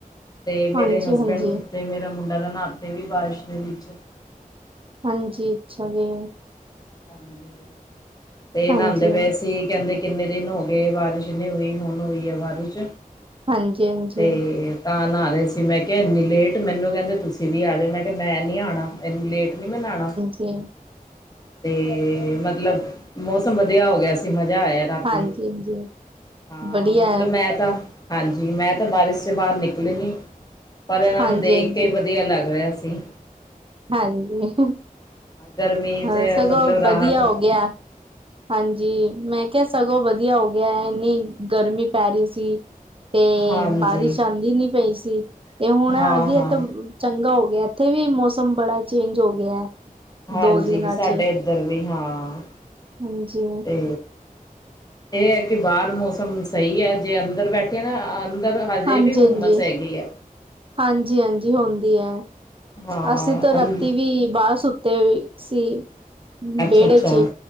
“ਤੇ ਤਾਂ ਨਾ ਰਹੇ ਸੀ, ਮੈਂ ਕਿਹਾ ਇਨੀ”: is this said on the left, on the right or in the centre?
Left